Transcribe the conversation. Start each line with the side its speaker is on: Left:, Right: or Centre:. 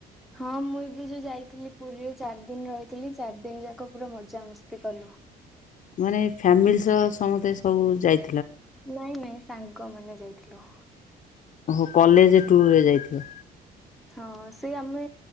Centre: ହଁ, ମୁଁ ଏବେ ଯୋଉ ଯାଇଥିଲି, ପୁରୀରେ ଚାରି ଦିନ ରହିି ଥିଲି, ଚାରି ଦିନ ଯାକ ପୁରା ମଜାମସ୍ତି କଲୁ।
Left: ମାନେ ଫ୍ୟାମିଲି ସହ ସମସ୍ତେ ସବୁ ଯାଇ
Centre: ନାଇଁ ନାଇଁ, ସାଙ୍ଗ ମାନେ ଯାଇଥିଲୁ।
Left: ଓହୋ! କଲେଜ ଟୁୁର୍ ରେ ଯାଇଥିବ!
Centre: ହଁ, ସେ ଆମେ